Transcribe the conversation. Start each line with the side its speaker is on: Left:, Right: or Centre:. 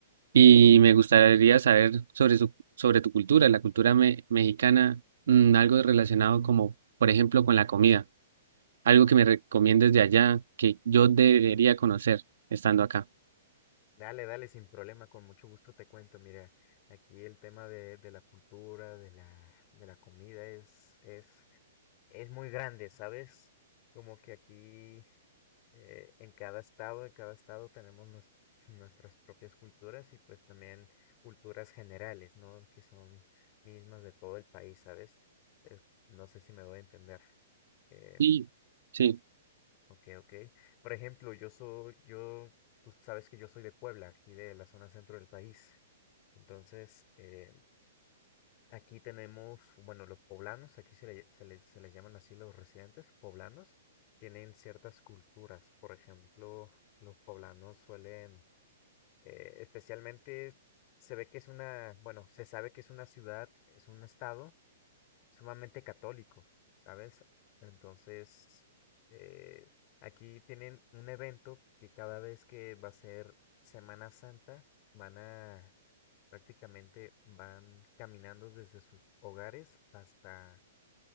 Right: y me gustaría saber sobre, su, sobre tu cultura, la cultura me- mexicana, mm, algo relacionado como, por ejemplo, con la comida algo que me recomiendes de allá que yo debería conocer estando acá.
Left: dale, dale, sin problema, con mucho gusto te cuento. Mira, aquí el tema de, de la cultura, de la, de la comida es, es, es muy grande, ¿sabes? Como que aquí eh, en cada estado, en cada estado tenemos nues- nuestras propias culturas y pues también culturas generales, ¿no? Que son mismas de todo el país, ¿sabes? Eh, no sé si me doy a entender. Em,
Right: Sí, sí.
Left: Ok, ok. Por ejemplo, yo soy, yo, tú sabes que yo soy de Puebla, aquí de la zona centro del país. Entonces, eh, aquí tenemos, bueno, los poblanos, aquí se, le- se les, se les llaman así los residentes poblanos, tienen ciertas culturas. Por ejemplo, los poblanos suelen, eh, especialmente se ve que es una, bueno, se sabe que es una ciudad, es un estado sumamente católico, ¿sabes? Entonces, eh, aquí tienen un evento que cada vez que va a ser Semana Santa, van a prácticamente, van caminando desde sus hogares hasta